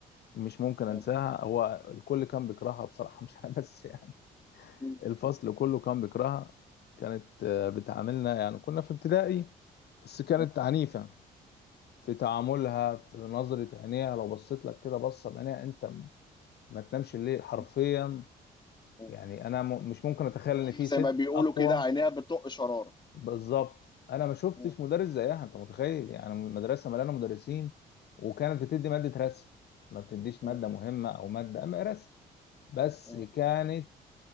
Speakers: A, on the left; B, on the left.
A: مش ممكن
B: م-
A: انساها هو الكل كان بيكرهها بصراحة <laughs> مش انا بس يعني
B: م-
A: الفصل كله كان بيكرهها كانت آه، بتعاملنا يعني كنا في ابتدائي بس كانت
B: م-
A: عنيفة في تعاملها في نظرة عينيها لو بصيت لك كده بصة بعينيها انت ما تنامش الليل حرفيا
B: م- م.
A: يعني انا م... مش ممكن اتخيل
B: اللي
A: ان
B: هم
A: في
B: زي
A: ست
B: ما بيقولوا
A: اقوى
B: كده عينيها بتطق شرار
A: بالظبط انا ما شفتش
B: مم.
A: مدرس زيها انت متخيل يعني مدرسه مليانه مدرسين
B: مم.
A: وكانت بتدي ماده رسم ما بتديش
B: مم.
A: ماده مهمه او ماده اما رسم بس
B: مم.
A: كانت